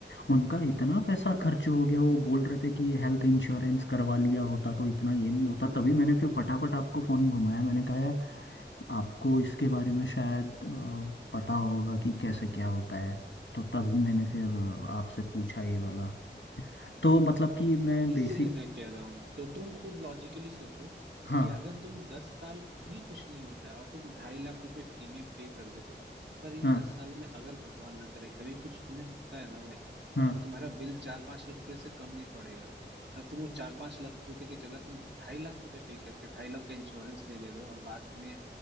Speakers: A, on the left; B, on the right.
A: उनका इतना
B: हम्म
A: पैसा खर्च हो गया वो बोल रहे थे कि ये हेल्थ इंश्योरेंस करवा लिया होता तो इतना ये नहीं
B: हम्म
A: होता
B: हम्म।
A: तभी मैंने फिर फटाफट आपको फोन घुमाया मैंने कहा यार आपको इसके बारे में शायद अ, पता होगा कि कैसे क्या होता है तो तभी मैंने फिर अ, आपसे पूछा ये वाला तो मतलब कि मैं
B: इसीलिए
A: बेसिक
B: मैं कह रहा हूं तो तुम खुद लॉजिकली सोचो
A: हाँ
B: कि अगर तुम दस साल भी कुछ नहीं होता है और तुम ढाई लाख रुपए प्रीमियम पे कर देते हो पर इन
A: हाँ
B: दस सालों में अगर भगवान ना करे कभी कुछ तुम्हें होता है ना भाई
A: हाँ
B: तो तुम्हारा बिल चार पांच लाख रुपए से कम नहीं पड़ेगा तब तुम वो चार पांच लाख रुपए की जगह तुम ढाई लाख रुपए पे करके ढाई लाख का इंश्योरेंस ले ले रहे हो और बाद में